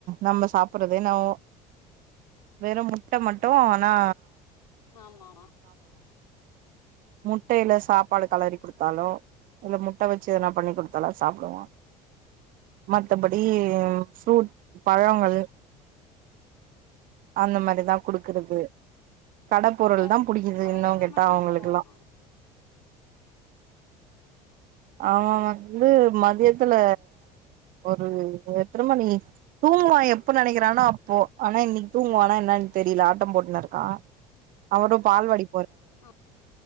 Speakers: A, on the right; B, on the left.
A: நம்ம சாப்பறதே நா ஊ வெறும் முட்ட மட்டும் அவனா
B: ஆமா
A: முட்டயில சாப்பாடு கலறி குடுத்தாலோ இல்ல முட்ட வச்சி எதனா பண்ணி குடுத்தாலோ சாப்டுவா மத்தபடி ஃப்ரூட் பழங்கள் அந்த மாரி தா குடுக்கறது கடப்பொருள்
B: அவ
A: தா புடிக்கிது
B: அவ
A: இன்னும்
B: எத்தன
A: கேட்டா
B: மணிக்கு
A: அவங்களுக்குலா
B: தூங்குவா ஆ
A: அவன் வந்து மதியத்துல ஒரு எத்தன மணி தூங்குவான் எப்ப நெனைக்கிறானோ அப்போ ஆனா இன்னக்கி தூங்குவானா என்னன்னு தெரில ஆட்டம் போட்டுனு இருக்கான் அவரும் பால் வாடி
B: ஆ